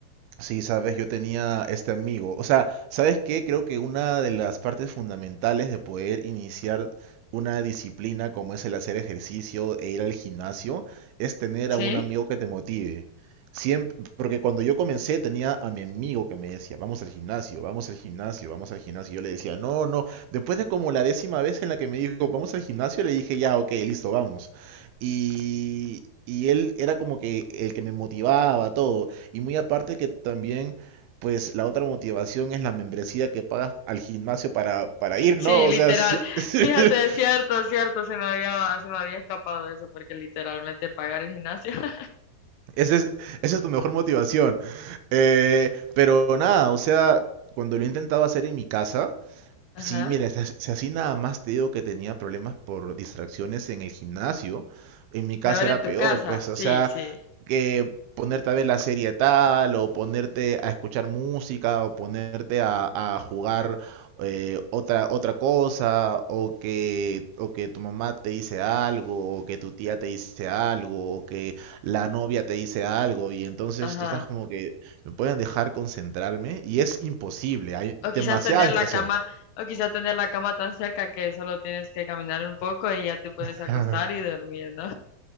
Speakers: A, on the right; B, on the left.
A: Sí, sabes, yo tenía este amigo. O sea, ¿sabes qué? Creo que una de las partes fundamentales de poder iniciar una disciplina como es el hacer ejercicio e ir al gimnasio es tener
B: ¿Sí?
A: a un amigo que te motive. Siempre, porque cuando yo comencé tenía a mi amigo que me decía, vamos al gimnasio, vamos al gimnasio, vamos al gimnasio. Y Yo le decía, no, no. Después de como la décima vez en la que me dijo, vamos al gimnasio, le dije, ya, ok, listo, vamos. Y, y él era como que el que me motivaba, todo. Y muy aparte que también, pues la otra motivación es la membresía que pagas al gimnasio para, para ir,
B: Sí,
A: ¿no? O
B: literal.
A: sea, sí- <laughs>
B: Fíjate, es cierto, es cierto, se me había, se me había escapado eso, porque literalmente pagar el gimnasio. <laughs>
A: ese es- esa es tu mejor motivación. Eh, pero nada, o sea, cuando lo intentaba hacer en mi casa,
B: Ajá.
A: sí, mira, si as- si así nada más te digo que tenía problemas por distracciones en el gimnasio, en mi casa
B: Peor
A: era
B: en tu
A: peor,
B: casa.
A: pues, o
B: Sí,
A: sea,
B: sí.
A: que ponerte a ver la serie tal, o ponerte a escuchar música, o ponerte a, a jugar eh, otra, otra cosa, o que, o que tu mamá te dice algo, o que tu tía te dice algo, o que la novia te dice algo, y entonces
B: Ajá.
A: tú estás como que me pueden dejar concentrarme, y es imposible, hay
B: O quizás
A: demasiada
B: tener
A: distracción.
B: la cama, o quizás tener la cama tan cerca que solo tienes que caminar un poco y ya te puedes
A: <laughs>
B: acostar y dormir, ¿no?